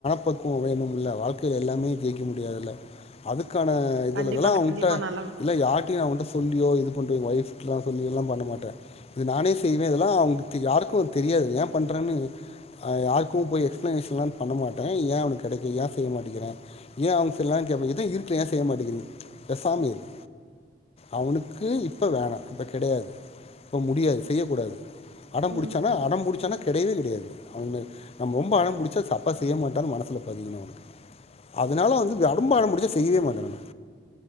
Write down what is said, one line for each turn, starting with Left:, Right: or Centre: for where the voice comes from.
Left: பக்குவோ வேணுமுல்ல வாழ்க்கைல எல்லாமே ஜெயிக்க முடியாதுல்ல அதுக்கான இதுலதெல்லா
Right: கண்டிப்பா,
Left: அவுங்கட்ட
Right: கண்டிப்பா நல்ல
Left: இல்ல யார்டயு அவுங்கட்ட சொல்லியோ இது பண்ணியோ ஒய்ஃப்கெல்லா சொல்லில்லாம் பண்ண மாட்டா இது நானே செய்வே இதெல்லா அவனுக்கு யாருக்குமே தெரியாது ஏ பண்றேன்னு அ யாருக்கும் போய் எக்ஸ்ப்ளனேஷன்ல்லாம் பண்ண மாட்டேன் ஏ அவனுக்கு கெடைக்கல ஏ செய்ய மாட்டிக்கிறே ஏன் அவனுக்கு செய்யலாம்ல கேப்ப இருக்கல ஏ செய்ய மாட்டீக்குறீங்க பேசாம இரு அவனுக்கு இப்போ வேணா இப்போ கெடையாது இப்போ முடியாது செய்யக்கூடாது அடம்
Right: ம்.
Left: பிடிச்சானா அடம் பிடிச்சானா கெடையவே கெடையாது அவுங்க நம்ம ரொம்ப அடம் பிடிச்சா அப்பா செய்ய மாட்டாருனு மனசுல பதியணு அதனால வந்து ரொம்ப அடம் பிடிச்சா செய்யவே மாட்டே நானு